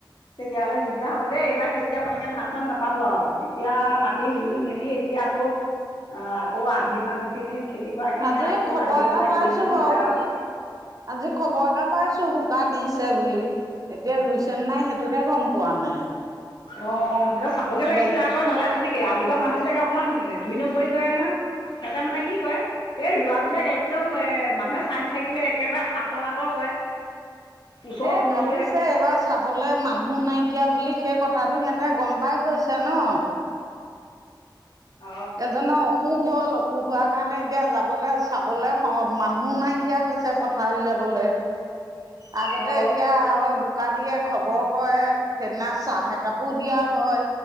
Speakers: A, on the left; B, on the right.
A: তেতিয়াহ'লে দিগদাৰ হব দেই এইবাৰ খেতি আপোনালোকে ধান চান নাপাব আৰু এতিয়া মাটি ৰুই মেলি এতিয়া। আকৌ অ আকৌ আধি মানুহ। খিনি খেতি কৰা খিনি
B: আজি
A: আকৌ
B: খবৰ
A: আহি
B: এটা
A: পেলাই
B: পাইছো
A: কৰিবলৈ
B: বাৰু
A: হ'লে আৰু।
B: আজি খবৰ এটা পাইছো বোকা দিছে বুলি এতিয়া ৰুইছে। নাই সেইটোহে গম পোৱা নাই
A: অঁ তেতিয়া চাবগৈ লাগিছিলে
B: বলে।
A: আকৌ নহলে আজিলি সময়ত আধি কৰা মানুহ বিলাকে অকণমান দুই নম্বৰী কৰে নহয় সিহঁতে মানে কি কৰে। এই ৰোৱাবলাক একদম এ মানুহে চাই নথাকিলে একেবাৰে আঁতৰ আঁতৰ কৰে। ওচৰত
B: এ ভাবিছে
A: নোৰোৱে
B: এইবাৰ। চাবলৈ মানুহ নাইকিয়া বুলি সেই কথাটো সিহঁতে গম পাই গৈছে ন।
A: অ
B: এজনও। অসুখ হ'ল অসুখ হোৱাৰ কাৰণে এতিয়া যাবলৈ চাবলৈ মানুহ নাইকিয়া হৈছে। পথাৰলৈ যাবলৈ আগতে
A: অ
B: এতিয়া হয় বোকা দিয়ে খবৰ কৰে। সেইদিনা চাহ একাপো দিয়া হয়,